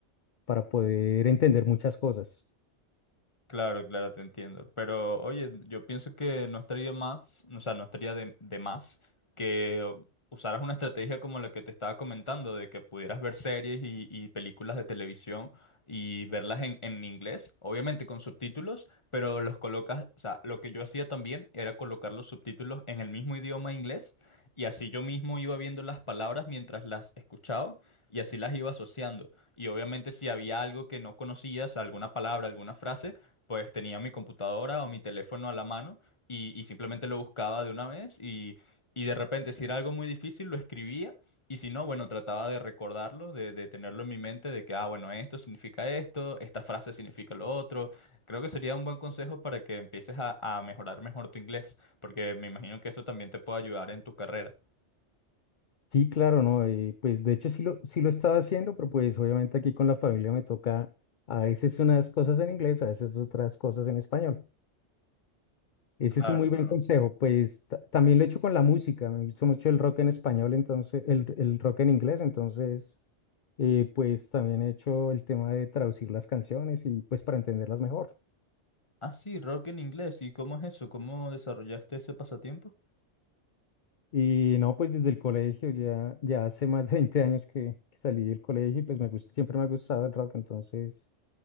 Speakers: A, on the left (about 50°); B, on the left (about 25°).
A: para poder entender muchas cosas.
B: Claro, claro, te entiendo. Pero oye, yo pienso que no estaría más, o sea, no estaría de, de más que usaras una estrategia como la que te estaba comentando, de que pudieras ver series y, y películas de televisión y verlas en, en inglés, obviamente con subtítulos, pero los colocas, o sea, lo que yo hacía también era colocar los subtítulos en el mismo idioma inglés y así yo mismo iba viendo las palabras mientras las escuchaba y así las iba asociando. Y obviamente si había algo que no conocías, alguna palabra, alguna frase, pues tenía mi computadora o mi teléfono a la mano y, y simplemente lo buscaba de una vez y, y de repente si era algo muy difícil lo escribía y si no, bueno, trataba de recordarlo, de, de tenerlo en mi mente, de que, ah, bueno, esto significa esto, esta frase significa lo otro. Creo que sería un buen consejo para que empieces a, a mejorar mejor tu inglés, porque me imagino que eso también te puede ayudar en tu carrera.
A: Sí, claro, ¿no? Y pues de hecho sí lo, sí lo estaba haciendo, pero pues obviamente aquí con la familia me toca a veces unas cosas en inglés, a veces otras cosas en español. Ese
B: Claro,
A: es un muy
B: claro.
A: buen consejo. Pues ta- también lo he hecho con la música. Me gusta mucho el rock en español, entonces, el, el rock en inglés. Entonces, eh, pues también he hecho el tema de traducir las canciones y pues para entenderlas mejor.
B: Ah, sí, rock en inglés. ¿Y cómo es eso? ¿Cómo desarrollaste ese pasatiempo?
A: Y no, pues desde el colegio, ya, ya hace más de 20 años que, que salí del colegio y pues me gusta, siempre me ha gustado el rock. Entonces,